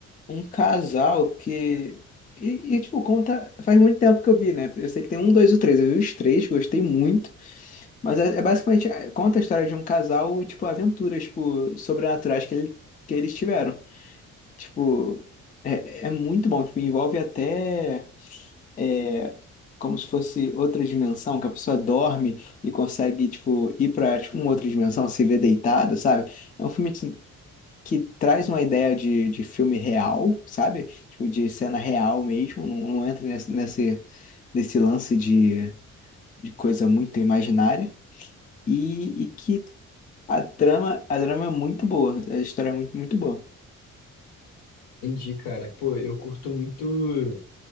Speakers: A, on the left (about 20°); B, on the left (about 65°).
A: um casal que. E, e, tipo, conta. Faz muito tempo que eu vi, né? Eu sei que tem um, dois ou três. Eu vi os três, gostei muito. Mas é, é basicamente. é, Conta a história de um casal e, tipo, aventuras, tipo, sobrenaturais que, ele, que eles tiveram. Tipo, é, é muito bom. Tipo, envolve até. é, como se fosse outra dimensão, que a pessoa dorme e consegue, tipo, ir pra, tipo, uma outra dimensão, se ver deitada, sabe? É um filme assim, que traz uma ideia de, de filme real, sabe? Tipo, de cena real mesmo, não, não entra nesse, nesse, nesse lance de, de coisa muito imaginária, e, e que a trama, a trama é muito boa, a história é muito, muito boa.
B: Entendi, cara. Pô, eu curto muito